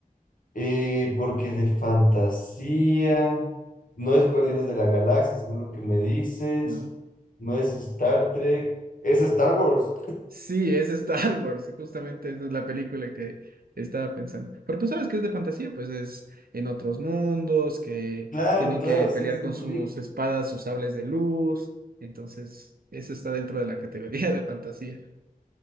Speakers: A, on the left; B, on the right.
A: Eh, porque de fantasía, no es Guardianes de la Galaxia, según lo que me dices,
B: No.
A: no es Star Trek, es Star Wars.
B: Sí, es Star <laughs> Wars, justamente esa es la película que estaba pensando. Pero tú sabes que es de fantasía, pues es en otros mundos, que
A: Claro,
B: tienen
A: claro,
B: que pelear
A: sí, súper
B: con sus
A: bien.
B: espadas, sus sables de luz. Entonces, eso está dentro de la categoría <laughs> de fantasía.